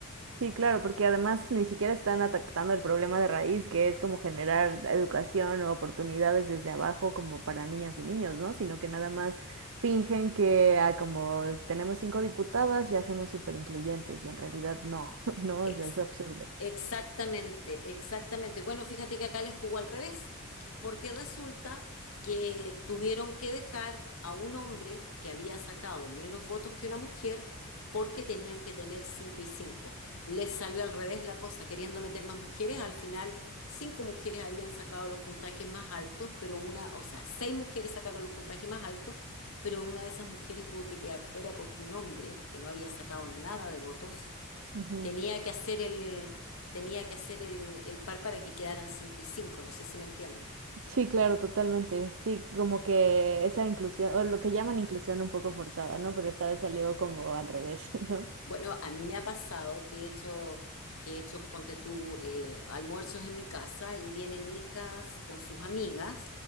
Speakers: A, on the right; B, on the left.
A: Sí, claro, porque además ni siquiera están atacando el problema de raíz, que es como generar educación o oportunidades desde abajo como para niñas y niños, ¿no? Sino que nada más fingen que ah, como tenemos cinco diputadas, ya somos súper incluyentes y en realidad no, <laughs> ¿no?
B: Ex-
A: O sea, es absurdo.
B: Exactamente, exactamente. Bueno, fíjate que acá les jugó al revés, porque resulta que tuvieron que dejar a un hombre que había sacado menos votos que una mujer porque tenían que tener cinco y cinco. Les salió al revés la cosa, queriendo meter más mujeres. Al final, cinco mujeres habían sacado los puntajes más altos, pero una, o sea, seis mujeres sacaron los puntajes más altos, pero una de esas mujeres tuvo que quedar fuera porque un hombre que no había sacado nada de votos
A: Ujú.
B: Tenía que hacer el, tenía que hacer el, el par para que quedaran 5 y cinco no sé si me entiendes.
A: Sí, claro, totalmente. Sí, como que esa inclusión, o lo que llaman inclusión un poco forzada, ¿no? Pero esta vez salió como al revés, <laughs> ¿no?
B: Bueno, a mí me ha pasado que he hecho, que he hecho, ponte tú, eh, almuerzos en mi casa y vienen hijas con sus amigas.